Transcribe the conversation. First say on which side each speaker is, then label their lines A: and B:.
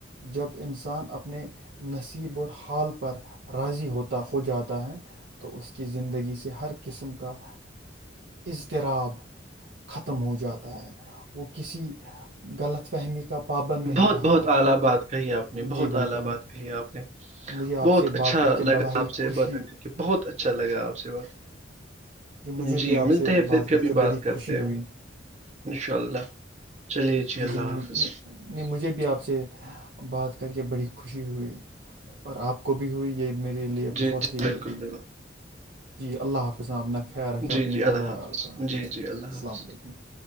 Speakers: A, on the right (about 80°); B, on the right (about 35°).
A: جب انسان اپنے نصیب اور حال پر راضی ہو ہوتا ہو جاتا ہے تو اس کی زندگی سے ہر قسم کا اضطراب ختم ہو جاتا ہے وہ کسی غلط فہمی کا پابند نہیں
B: بہت
A: رہتا
B: بہت اعلی بات کہی آپ نے
A: جی
B: بہت
A: بالکل
B: اعلی بات کہی آپ نے
A: مجھے آپ
B: بہت
A: سے بات
B: اچھا
A: کر کے
B: لگا
A: بڑا ہی
B: آپ سے
A: خوشی
B: ب بہت اچھا لگا آپ سے بات
A: مجھے
B: جی
A: بھی آپ
B: ملتے
A: سے
B: ہیں پھر کبھی
A: کر کے
B: بات
A: بڑی
B: کرتے
A: خوشی ہوئی
B: ہیں انشاء اللہ چلیے جی اللہ
A: مجھ-
B: حافظ
A: نہیں نہیں، مجھے بھی آپ سے بات کر کے بڑی خوشی ہوئی اور آپ کو بھی ہوئی یہ بھی میرے لیے
B: جی
A: بہت
B: جی
A: ہی
B: بالکل بالکل
A: جی اللہ حافظ نب نکھ خیایر رکھ کہ
B: جی
A: اپنے
B: جی اللہ
A: حلو عال
B: حافظ
A: کا السلام
B: جی جی اللہ حافظ
A: علیکم